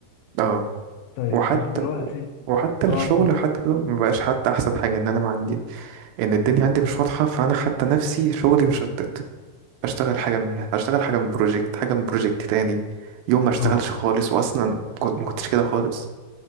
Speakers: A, on the right; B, on the left.
A: اه
B: طيب
A: وحتى
B: انت دلوقتي
A: وحتى
B: اه
A: الشغل
B: قول
A: حتى لو مبقاش حتى احسن حاجه ان انا ما عندي ان الدنيا عندي مش واضحه فانا حتى نفسي شغلي مشتت اشتغل حاجه من اشتغل حاجه من بروجكت حاجه من بروجكت تاني يوم ما اشتغلش
B: اه
A: خالص واصلا كنت- ما كنتش كده خالص